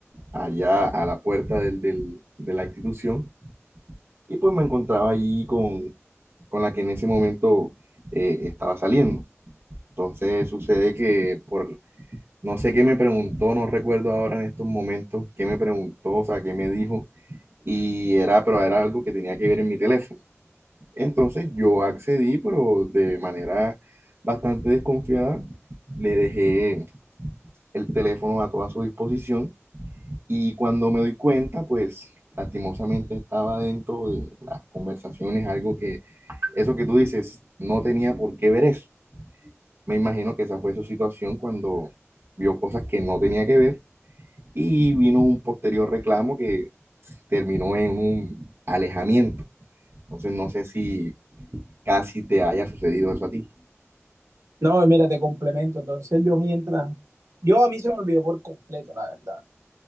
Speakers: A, on the right; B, on the right.
A: allá a la puerta del- del- de la institución y pues me encontraba allí con, con la que en ese momento eh, estaba saliendo. Entonces sucede que por, no sé qué me preguntó, no recuerdo ahora en estos momentos qué me preguntó, o sea, qué me dijo, y era, pero era algo que tenía que ver en mi teléfono. Entonces yo accedí, pero de manera bastante desconfiada, le dejé el teléfono a toda su disposición y cuando me doy cuenta, pues lastimosamente estaba dentro de las conversaciones, algo que, eso que tú dices, no tenía por qué ver eso. Me imagino que esa fue su situación cuando vio cosas que no tenía que ver y vino un posterior reclamo que terminó en un alejamiento. Entonces no sé si casi te haya sucedido eso a ti.
B: No, mira, te complemento. Entonces yo mientras, yo a mí se me olvidó por completo, la verdad.